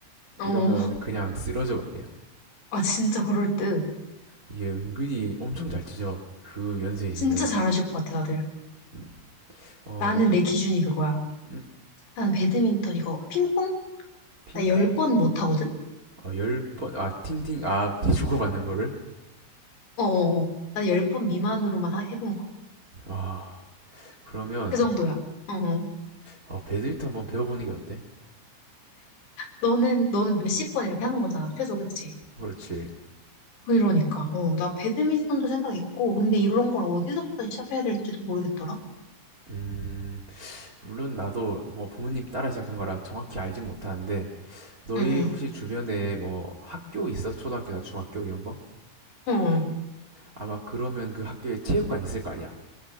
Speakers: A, on the left; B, on the right.
A: 어.
B: 이러면 그냥 쓰러져 봐 그냥
A: 아, 진짜 그럴 듯.
B: 이게 은근히 엄청 잘 치죠 그 연세이신데도
A: 진짜 잘하실 것 같아, 다들.
B: 음. 어,
A: 나는
B: 너?
A: 내 기준이 그거야.
B: 음?
A: 나는 배드민턴 이거 핑퐁?
B: 핑퐁?
A: 나 열 번 못하거든?
B: 어, 열 번, 아, 팅팅, 아, <laughs> 주고받는 거를?
A: 어어어. 난 열 번 미만으로만 하- 해본 것 같아.
B: 아, 그러면,
A: 그 정도야. 어어.
B: 어, 배드민턴 한번 배워보는 게 어때?
A: 너는, 너는 몇십 번 이렇게 하는 거잖아, 최소, 그치?
B: 그렇지.
A: 그러니까, 어, 나 배드민턴도 생각 있고, 근데 이런 걸 어디서부터 시작해야 될지도 모르겠더라?
B: 음, 물론 나도 뭐 부모님 따라 시작한 거라 정확히 알지 못하는데, 너희
A: 응,
B: 혹시 주변에 뭐 학교 있어? 초등학교나 중학교 이런 거?
A: 응, 응.
B: 아마 그러면 그 학교에 체육관 있을 거 아니야.